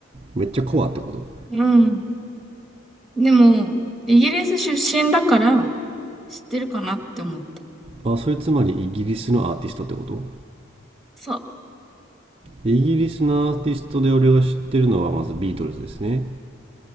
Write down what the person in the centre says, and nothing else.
うん。でも、イギリス出身だから知ってるかなって思った。
そう。